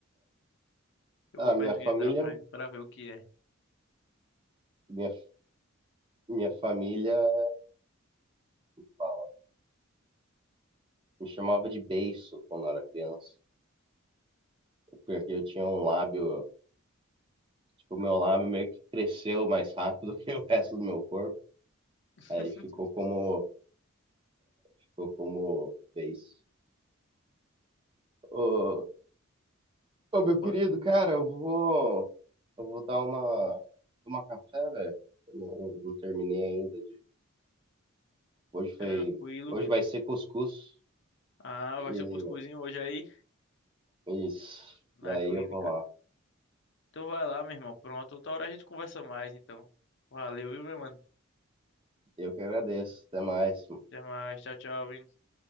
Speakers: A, on the left; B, on the right.
A: Eu
B: Ah,
A: vou
B: ah,
A: pesquisar
B: minha família,
A: pra, pra ver o que é.
B: minha, minha família fala Me chamava de beiço quando eu era criança, porque eu tinha um lábio, tipo, o meu lábio meio que cresceu mais rápido <laughs> que o resto do meu corpo.
A: <laughs>
B: Aí ficou como, ficou como beiço. Ô, ô, meu querido,
A: Pode ser
B: cara, eu vou, eu vou dar uma, tomar café, velho. Eu não, não terminei ainda de, hoje
A: tranquilo,
B: foi, hoje
A: velho.
B: vai ser cuscuz
A: Ah, vai
B: e
A: ser o cuscuzinho hoje aí,
B: isso.
A: na
B: Daí
A: clínica.
B: eu vou lá.
A: Então vai lá, meu irmão. Pronto, outra hora a gente conversa mais, então. Valeu, viu, meu mano?
B: Eu que agradeço. Até mais.
A: Até mais. Tchau, tchau. Vini.